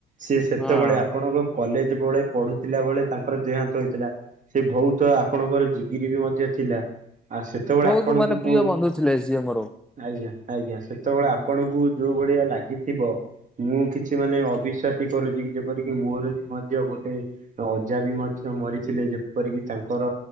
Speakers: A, on the right; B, in the centre.
A: ସେ ସେତେବେଳେ
B: ହଁ।
A: ଆପଣଙ୍କ କଲେଜ ବଳେ ପଢୁଥିଲା ବଳେ ତାଙ୍କର ଦେହାନ୍ତ ହେଇଥିଲା। ସେ ବହୁତ ଆପଣଙ୍କର ଜଗିରି ବି ମଧ୍ୟ ଥିଲା। ଆ ସେତେବେଳେ
B: ବହୁତ
A: ଆପଣଙ୍କୁ
B: ମାନେ ପ୍ରିୟ
A: ମୂଁ
B: ବନ୍ଧୁ ଥିଲେ ସିଏ ମୋର।
A: ଆଜ୍ଞା ଆଜ୍ଞା ସେତେବେଳେ
B: ହୁଁ
A: ଆପଣଙ୍କୁ ଯୋଉ ଭଳିଆ ଲାଗିଥିବ ମୁଁ କିଛି ମାନେ ଅବିଶ୍ବାସୀ କରୁଛି। ଯେପରିକି ମୋର ବି ମଧ୍ୟ ଗୋଟେ ଅଜା ବି ମଧ୍ୟ ମରିଥିଲେ ଯେପରିକି ତାଙ୍କର